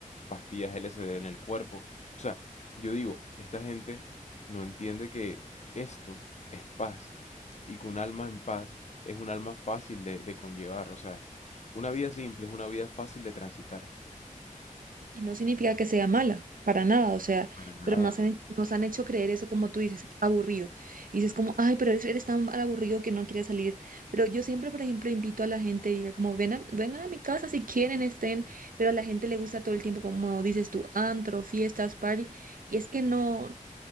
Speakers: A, on the left; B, on the right.
A: pastillas LSD en el cuerpo. O sea, yo digo, esta gente no entiende que esto es paz y que un alma en paz es un alma fácil de, de conllevar. O sea, una vida simple es una vida fácil de transitar.
B: Y no significa que sea mala, para nada, o sea,
A: Para nada.
B: pero nos han, nos han hecho creer eso como tú dices, aburrido. Y dices como, ay, pero eres, eres tan aburrido que no quieres salir. Pero yo siempre, por ejemplo, invito a la gente y diga como, Ven a- vengan a mi casa si quieren, estén, pero a la gente le gusta todo el tiempo, como dices tú, antro, fiestas, party. Y es que no.